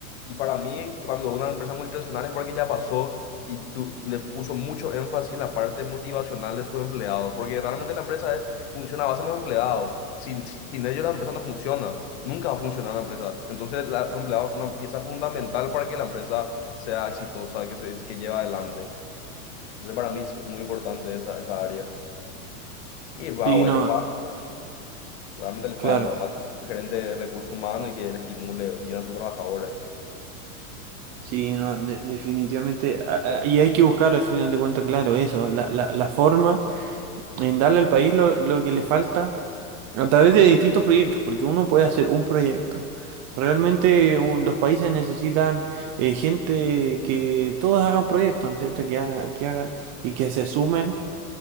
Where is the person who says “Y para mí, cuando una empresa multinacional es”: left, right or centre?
Left